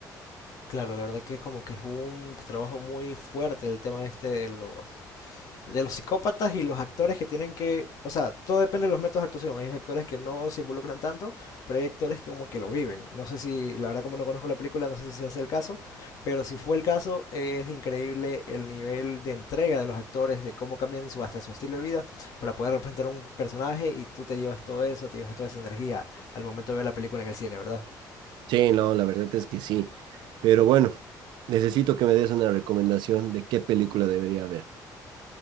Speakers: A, on the left; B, on the right.
A: Claro, la verdad que es como que es un trabajo muy fuerte el tema este de los de los psicópatas y los actores que tienen que, o sea, todo depende de los métodos de actuación. Hay actores que no se involucran tanto, pero hay actores que como que lo viven. No sé si, la verdad como no conozco la película, no sé si ese es el caso, pero si fue el caso, es increíble el nivel de entrega de los actores, de cómo cambian su, hasta su estilo de vida para poder representar un personaje y tú te llevas todo eso, te llevas toda esa energía al momento de ver la película en el cine, ¿verdad?
B: Sí, no, la verdad es que sí. Pero bueno, necesito que me des una recomendación de qué película debería ver.